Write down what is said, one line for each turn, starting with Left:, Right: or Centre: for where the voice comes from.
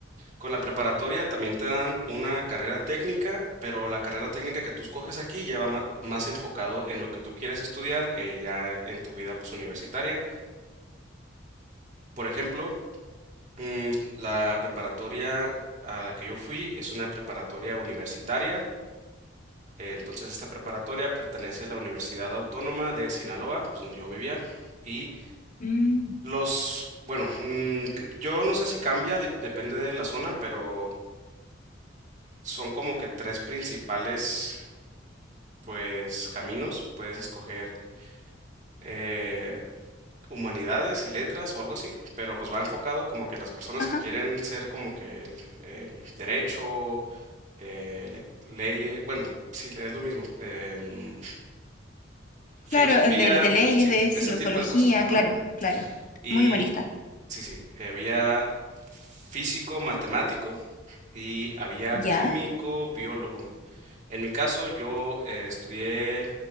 Right: Con la preparatoria también te dan una carrera técnica, pero la carrera técnica que tú escoges aquí ya va ma- más enfocado en lo que tú quieres estudiar eh, ya en tu vida pues universitaria. Por ejemplo, mm, la preparatoria a la que yo fui es una preparatoria universitaria. Eh, entonces esta preparatoria pertenece a la Universidad Autónoma de Sinaloa, pues donde yo vivía. Y
Left: Mm.
Right: los, bueno, mm, yo no sé si cambia, de- depende de la zona, pero son como que tres principales pues caminos, puedes escoger eh, humanidades y letras o algo así, pero pues va enfocado como que las personas
Left: Ajá.
Right: que quieren ser como que el, eh, derecho, eh, le- leyes, bueno, sí, es lo mismo, em, filosofía,
Left: Claro, el de, de leyes,
Right: sí,
Left: de
Right: ese
Left: psicología,
Right: tipo de cosas. ajá.
Left: claro, claro.
Right: Y
Left: Muy humanista.
Right: sí, sí, había físico, matemático y había
Left: ¿Ya?
Right: químico, biólogo. En mi caso, yo eh, estudié